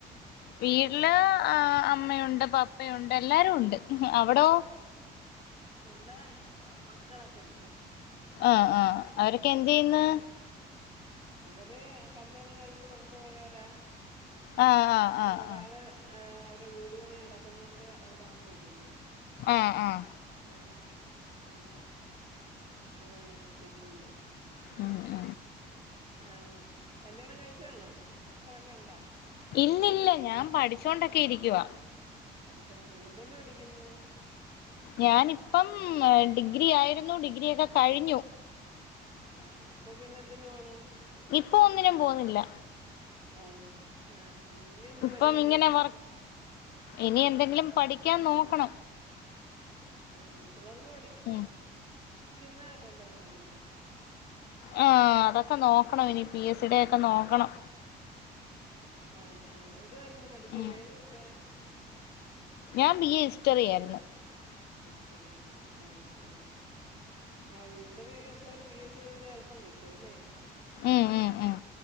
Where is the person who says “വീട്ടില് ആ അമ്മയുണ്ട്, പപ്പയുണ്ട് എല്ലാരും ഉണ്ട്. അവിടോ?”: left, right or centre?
Left